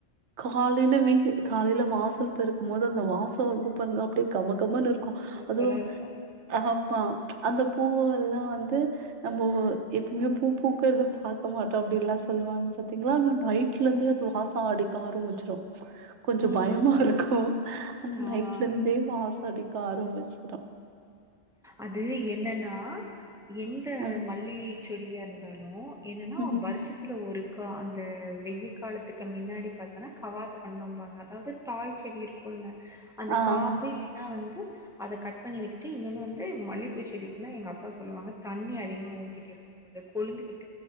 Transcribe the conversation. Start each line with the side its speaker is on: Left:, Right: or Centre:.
Right: காலைல வீடு காலைல வாசல் பெருக்குமோது அந்த வாசொ வர்து பாருங்க அப்டே கம கமனு இருக்கு அதுவு
Centre: சூப்பரா இருக்கு
Right: அஹ ப்பா அந்த பூவு எல்லா வந்து நம்பொவு எப்பயுமே பூ பூக்கற்த பாக்க மாட்டோ அப்டி எல்லா சொல்லுவாங்க பாத்தீங்களா ஆனா நைட்ல இருந்தே அது வாசோ அடிக்கு ஆரம்பிச்சிறு கொஞ்சொ
Centre: ம்
Right: பயமா இருக்கு ஆனா
Centre: ஆ
Right: நைட்ல இருந்தே வாசோ அடிக் கார மிச்சிரு
Centre: அது என்னன்னா எந்த
Right: ஆ
Centre: மல்லிச்செடியா இருந்தாலு என்னன்னா
Right: ம்
Centre: வருஷத்துல ஒரு க அந்த வெய்யி காலத்துக்கு மின்னாடி பாத்தன்னா கவாத்து பண்ணோன்ம்பாங்க அதாவ து தாய் செடி இருக்குல்ல அந்த
Right: ஆ
Centre: காம்பு
Right: ஆ
Centre: இல்லைன்னா வந்து அத கட் பண்ணி விட்டுட்டு இன்னொன்னு வந் து மல்லிப்பூ செடிக்குல்லா எங்க அப்பா சொல்லுவாங்க தண்ணி அதிகமா ஊத்திட்டு இருக்கக் கூடாது கொலுந்துவிட்